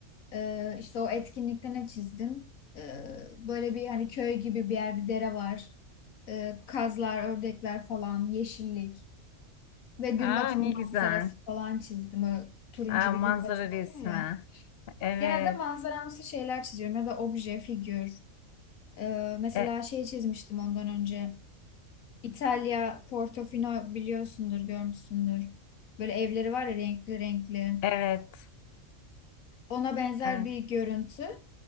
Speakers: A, on the left (about 80°); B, on the left (about 60°).
A: e, işte o etkinlikte ne çizdim? E, böyle bir hani köy gibi bir yer, bir dere var. E, kazlar, ördekler falan, yeşillik. Ve gün
B: Aa
A: batımı
B: ne güzel.
A: manzarası falan çizdim. Öyle turuncu
B: Aa,
A: bir
B: manzara
A: gün batımı
B: resmi.
A: oluyor ya.
B: Evet.
A: Genelde manzaramsı şeyler çiziyorum ya da obje, figür. Ee, mesela
B: E,
A: şey çizmiştim ondan önce. İtalya, Portofino biliyorsundur, görmüşsündür. Böyle evleri var ya renkli renkli.
B: evet.
A: Ona benzer
B: Evet.
A: bir görüntü.